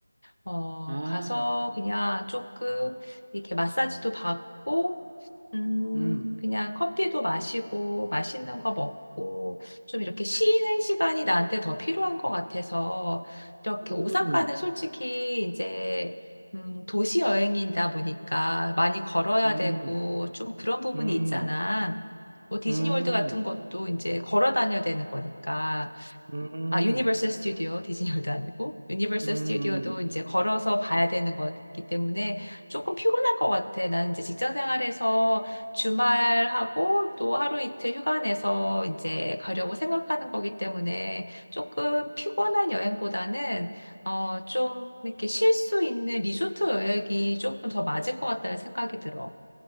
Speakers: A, on the left; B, on the right.
A: 어,
B: 아,
A: 가서 그냥 조금 이렇게 마사지도 받고, 음,
B: 응,
A: 그냥 커피도 마시고, 맛있는 거 먹고, 좀 이렇게 쉬는 시간이 나한테 더 필요한 것 같아서, 이렇게
B: 응,
A: 오사카는 솔직히 이제, 음, 도시 여행이다 보니까 많이 걸어야
B: 응,
A: 되고, 좀 그런 부분이
B: 응.
A: 있잖아. 뭐 디즈니월드
B: 음,
A: 같은 것도 이제 걸어 다녀야 되는 거니까.
B: 음,
A: 아, 유니버설 스튜디오, 디즈니월드 아니고, 유니버설
B: 음,
A: 스튜디오도
B: 음.
A: 이제 걸어서 봐야 되는 거기 때문에 조금 피곤할 것 같아. 나는 이제 직장 생활에서 주말하고 또 하루 이틀 휴가 내서 이제 가려고 생각하는 거기 때문에 조금 피곤한 여행보다는, 어, 좀 이렇게 쉴 수 있는 리조트 여행이 조금 더 맞을 것 같다는 생각이 들어.